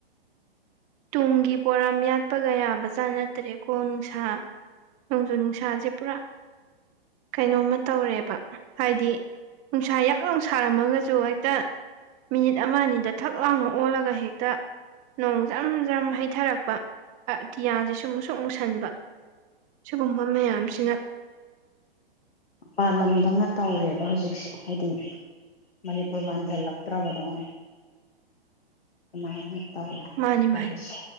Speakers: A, on the right (about 25°); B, on the left (about 75°).
A: ꯇꯨꯡꯒꯤ ꯄꯣꯔꯥꯝ ꯌꯥꯠꯄꯒ ꯌꯥꯕꯖꯥꯠ ꯅꯠꯇ꯭ꯔꯦꯀꯣ ꯅꯨꯡꯁꯥ ꯅꯣꯡꯖꯨ ꯅꯨꯡꯁꯥꯁꯦ ꯄꯨꯔꯥ ꯀꯩꯅꯣꯝꯃ ꯇꯧꯔꯦꯕ ꯍꯥꯏꯗꯤ ꯅꯨꯡꯁꯥ ꯌꯥꯛ ꯂꯥꯎ ꯁꯥꯔꯝꯃꯒꯁꯨ ꯍꯦꯛꯇ ꯃꯤꯅꯤꯠ ꯑꯃ ꯑꯅꯤꯗ ꯊꯛ ꯂꯥꯎꯅ ꯑꯣꯜꯂꯒ ꯍꯦꯛꯇ ꯖ꯭ꯔꯝ ꯖ꯭ꯔꯝ ꯍꯩꯊꯔꯛꯄꯇꯤꯌꯥꯁꯦ ꯁꯨꯝ ꯃꯨꯁꯨ ꯃꯨꯁꯟꯕ ꯁꯤꯒꯨꯝꯕ ꯃꯌꯥꯝꯁꯤꯅ
B: ꯄꯥꯟꯂꯝꯗꯧꯅ ꯇꯧꯔꯦꯕ ꯍꯧꯖꯤꯛꯁꯦ ꯍꯥꯏꯗꯤ ꯃꯅꯤꯄꯨꯔ ꯃꯥꯟꯖꯜꯂꯛꯇ꯭ꯔꯕꯗꯣꯅ ꯑꯗꯨꯃꯥꯏꯅ ꯇꯧ
A: ꯃꯥꯅꯤ
B: ꯇꯔꯁ
A: ꯃꯥꯅꯤ